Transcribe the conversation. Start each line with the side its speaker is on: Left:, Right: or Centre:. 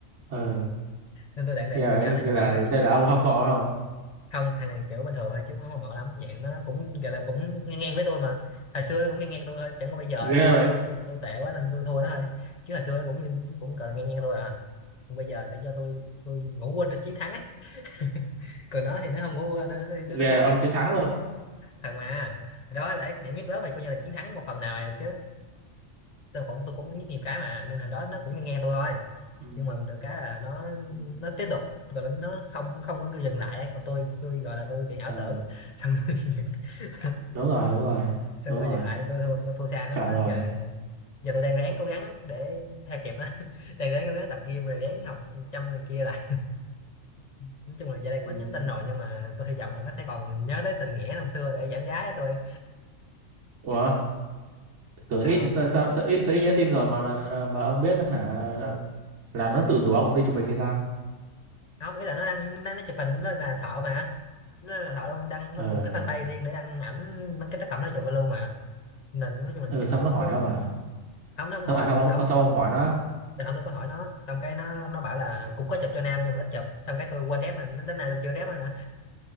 Right: ừ
Left: nên tôi định định
Right: ghê vậy
Left: nhờ nó chụp
Right: thế là
Left: ảnh này
Right: thế là ông hâm mộ không
Left: không thằng này kiểu bình thường thôi chứ cũng không hâm mộ lắm dạng nó cũng gọi là cũng ngang ngang với tôi mà hồi xưa nó cũng ngang ngang tôi thôi chẳng qua bây giờ
Right: ghê
Left: tôi
Right: vậy
Left: tôi tôi tôi tệ quá nên tôi thua nó thôi chứ hồi xưa nó cũng như cũng gọi là ngang ngang tôi à Còn bây giờ tại cho tôi tôi ngủ quên trên chiến thắng ấy <laughs> còn nó thì nó không ngủ quên nên nó, đi- nên
Right: ghê
Left: nó đi tiếp
Right: ông chiến thắng luôn
Left: thật mà Hồi đó để để nhất lớp thì coi như là chiến thắng một phần nào rồi chứ tôi cũng tôi cũng nhất nhiều cái mà nên hồi đó nó cũng nghe nghe tôi thôi
Right: ừ.
Left: nhưng mà được cái là nó
Right: Ừ.
Left: nó tiếp tục rồi nó nó không không có dừng lại ấy. còn tôi tôi gọi là tôi bị ảo
Right: ừ
Left: tưởng <laughs> xong tôi dừng <laughs>
Right: đúng rồi đúng rồi
Left: xong
Right: đúng
Left: tôi
Right: rồi
Left: dừng lại tôi thua nó thua xa
Right: chuẩn
Left: nó quá
Right: rồi
Left: giờ giờ tôi đang ráng cố gắng để theo kịp nó <laughs> đang ráng cố gắng tập gym rồi ráng học chăm này kia lại <laughs> nói chung là giờ đây
Right: ừ.
Left: cũng ít nhắn tin rồi nhưng mà tôi hy vọng là nó sẽ còn nhớ tới tình nghĩa năm xưa để giảm giá cho tôi
Right: ủa tưởng
Left: sao
Right: ít sao sao sao ít, sao ít nhắn tin rồi mà mà, mà ông biết hả là, là nó tự rủ ông đi chụp hình hay sao
Left: không ý là nó đăng nó, nó chụp hình nó là thợ mà nó là thợ luôn đăng nó
Right: ừ
Left: cùng một cái fanpage riêng để đăng ảnh mấy cái tác phẩm nó chụp vào luôn mà nên nói chung là
Right: ừ
Left: chắc
Right: xong
Left: mình cũng
Right: nó hỏi
Left: có
Right: ông à
Left: không nó không
Right: sao,
Left: hỏi
Right: à, sao ông
Left: không
Right: ờ, sao ông hỏi nó
Left: từ hôm tôi có hỏi nó xong cái nó nó bảo là cũng có chụp cho nam nhưng mà ít chụp xong cái tôi quên rep mà nó đến nay tôi chưa rep nữa nè.